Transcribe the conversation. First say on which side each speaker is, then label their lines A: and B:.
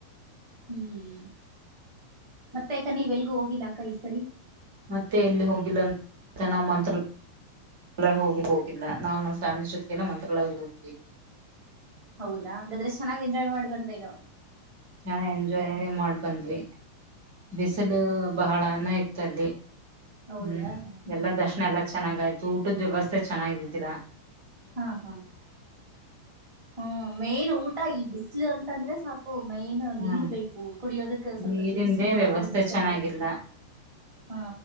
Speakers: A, on the right; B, on the right.
A: ಹ್ಮ್ ಮತ್ತೆ ಯಾಕಾನೆ ಇವೆಲ್ಗೂ ಹೋಗಿಲ್ಲಾ ಅಕ್ಕ ಈ ಸರಿ
B: ಮತ್ತೆ ಇಲ್ಲಿ ಹೋಗಿಲ್ಲ ಚ ನಾವು ಮಂತ್ರ ಹೋಗ ಹೋಗಿಲ್ಲ ನಾವು ನಾವ್ ಫ್ಯಾಮಿಲಿ ಜೊತೆಗೆನ ಮಂತ್ರಲ್ಲ ಹೋಗೋಗ್ವಿ
A: ಹೌದ್ರಾ ಹಂಗಾದ್ರೆ ಚೆನ್ನಾಗಿ ಎಂಜಾಯ್ ಮಾಡಿ ಬಂದೇನು
B: ಚನ್ನ ಎಂಜಾಯ್ ಮಾಡ್ಬಂದ್ವಿ ಬಿಸಿಲು ಬಹಳ ಚ ಇತ್ತು ಅಲ್ಲಿ
A: ಹೌದ್ರಾ
B: ಹ್ಮ್
A: ಹ್ಮ್
B: ಎಲ್ಲಾ
A: ಹ್ಮ್
B: ದರ್ಶನ ಎಲ್ಲಾ ಚೆನ್ನಾಗಯ್ತು ತುಊಟದ ವ್ಯವಸ್ಥೆ ಚೆನ್ನಾಗಿದ್ದಿಲ್ಲಾ
A: ಹಾ ಹಾ ಹ್ಮ್ ಮೇನ್ ಊಟ ಈ ಬಿಸ್ಲು ಅಂತಂದ್ರೆ ಸಾಕು ಮೈನ್ ನೀರ್
B: ಹ್ಮ್
A: ಬೇಕು ಕುಡಿಯೋದಕ್ಕ ಸ್ವಲ್ಪ
B: ನೀರಿಂದೇ
A: ಜ್ಯೂಸು
B: ವ್ಯವಸ್ಥೆ
A: ಆತರದ್ದರ್ಬೇಕ
B: ಚೆನ್ನಾಗಿಲ್ಲ
A: ಹಾ